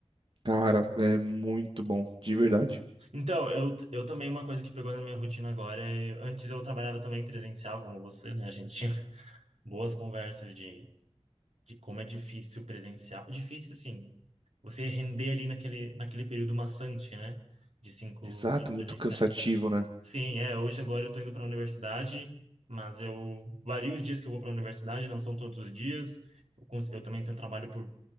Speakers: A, on the right; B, on the right.
A: Cara, é muito bom, de verdade.
B: Então, eu, eu também, uma coisa que pegou na minha rotina agora é. Antes eu trabalhava também presencial, como você, né? A gente tinha <laughs> boas conversas de, de como é difícil presencial. Difícil, sim. você render ali naquele, naquele período maçante, né? De cinco
A: Exato,
B: de
A: muito
B: presencial.
A: cansativo, né?
B: Sim, é. Hoje, agora, eu tô indo para a universidade, mas eu vario os dias que eu vou para a universidade, não são todos os dias. Eu, cons- eu também tenho trabalho por,